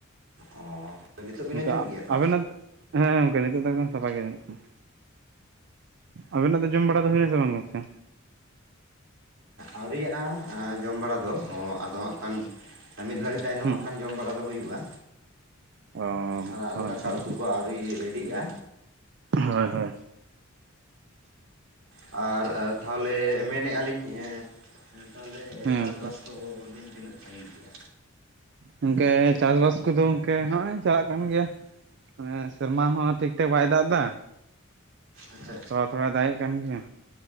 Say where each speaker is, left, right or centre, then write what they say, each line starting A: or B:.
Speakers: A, on the right (about 75°); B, on the right (about 55°).
A: ᱚᱻ ᱱᱤᱛᱚᱜ ᱵᱤᱱ
B: ᱜᱚᱝᱠᱮ
A: ᱟᱸᱡᱚᱢᱮᱫ ᱜᱮᱭᱟ ᱛᱚ?
B: ᱟᱵᱮᱱᱟᱜ ᱦᱮᱸ ᱜᱚᱝᱠᱮ ᱱᱤᱛᱳ ᱫᱚ ᱮᱠᱫᱚᱢ ᱥᱟᱯᱷᱟ ᱜᱮ ᱟᱧᱡᱚᱢᱚᱜ ᱠᱟᱱᱟ ᱟᱵᱮᱱᱟᱜ ᱫᱚ ᱡᱚᱢ ᱵᱟᱰᱟ ᱫᱚ ᱦᱩᱭᱱᱟᱥᱮ ᱵᱟᱝ ᱜᱚᱝᱠᱮ
A: ᱟᱹᱣᱨᱤᱭᱟᱜᱼᱟ ᱡᱚᱢ ᱵᱟᱲᱟ ᱫᱚ ᱟᱫᱚ ᱦᱟᱸᱜ ᱠᱷᱟᱱ ᱢᱤᱫ ᱜᱷᱟᱹᱲᱤᱡ ᱛᱟᱭᱱᱚᱢ
B: ᱦᱩᱸ
A: ᱦᱟᱸᱜ ᱠᱷᱟᱱ ᱡᱚᱢ ᱵᱟᱲᱟ ᱫᱚ ᱦᱩᱭᱩᱜᱼᱟ
B: ᱚ
A: ᱟᱲᱟᱜ
B: ᱦᱳᱭ
A: ᱨᱮ ᱫᱟᱠᱟ
B: ᱦᱳᱭ
A: ᱩᱛᱩ ᱠᱚ ᱟᱹᱣᱨᱤ ᱨᱮᱰᱤᱜᱼᱟ
B: ᱦᱳᱭ ᱦᱳᱭ
A: ᱟᱨ ᱛᱟᱷᱟᱣᱞᱮ ᱢᱮᱱᱮᱫᱼᱟᱞᱤᱧ ᱮᱸ ᱛᱟᱦᱚᱞᱮ
B: ᱦᱮᱸ
A: ᱪᱟᱥ
B: ᱜᱚᱝᱠᱮ
A: ᱵᱟᱥ ᱠᱚ ᱵᱤᱱ ᱛᱤᱱᱟᱹᱜ ᱥᱟᱺᱜᱤᱧ ᱠᱮᱜᱼᱟ
B: ᱜᱚᱝᱠᱮ ᱪᱟᱥ ᱵᱟᱥ ᱠᱚᱫᱚ ᱜᱚᱝᱠᱮ ᱦᱚᱸᱜᱼᱚᱭ ᱪᱟᱞᱟᱜ ᱠᱟᱱ ᱜᱮᱭᱟ ᱢᱟᱱᱮ ᱥᱮᱨᱢᱟ ᱦᱚᱸ ᱴᱷᱤᱠ ᱴᱷᱟᱠ ᱵᱟᱭ ᱫᱟᱜ ᱮᱫᱟ
A: ᱟᱪᱪᱷᱟ
B: ᱛᱷᱚᱲᱟ ᱛᱷᱚᱲᱟᱭ ᱫᱟᱜ ᱮᱫ ᱠᱟᱱ ᱜᱮᱭᱟ